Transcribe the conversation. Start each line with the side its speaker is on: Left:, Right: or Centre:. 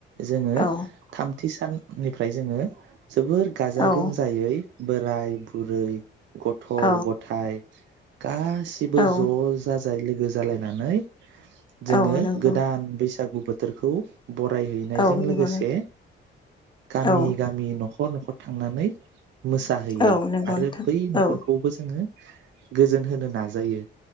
Right: जोंङो
Left: औ
Right: थामथि सान निफ्राय जोंङो जोबोर गाजा
Left: औ
Right: गोमजायै बोराय बुरै गथ
Left: औ
Right: गथाय गासिबो
Left: औ
Right: ज जाजाय लो गोजालायनानै जोंङो
Left: औ नंगौ
Right: गोदान बैसाग <unintelligible> बोथोरखौ। बरायहैनायजों
Left: औ नंगौ
Right: लोगोसे
Left: नों
Right: गामि
Left: औ
Right: गामि नखर-नखर थांनानै मोसाहैयो
Left: औ नंगौ
Right: आरो
Left: नोंथां
Right: बै नखरखौबो
Left: औ
Right: जोंङो गोजोन होनो नाजायो।